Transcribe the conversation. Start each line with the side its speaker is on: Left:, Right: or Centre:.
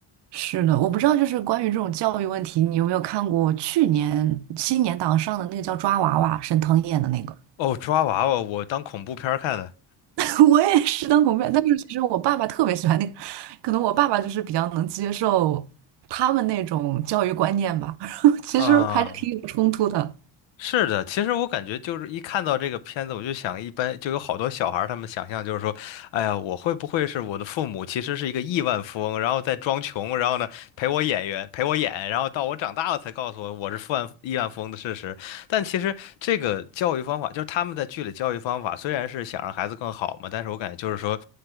Right: 是的，我不知道，就是关于这种教育问题，你有没有看过去年新年档上的那个叫《抓娃娃》，沈腾演的那个？
Left: 哦，抓娃娃，我当恐怖片儿看的。
Right: <laughs> 我也是当狗面，但是其实我爸爸特别喜欢那个，可能我爸爸就是比较能接受他们那种教育观念吧，<laughs> 其实还是挺有冲突的。
Left: 啊、是的，其实我感觉就是一看到这个片子，我就想，一般就有好多小孩儿，他们想象就是说，哎呀，我会不会是我的父母其实是一个亿万富翁，然后在装穷，然后呢陪我演员陪我演，然后到我长大了才告诉我我是富万亿万富翁的事实。但其实这个教育方法，就是他们在剧里教育方法，虽然是想让孩子更好嘛，但是我感觉就是说，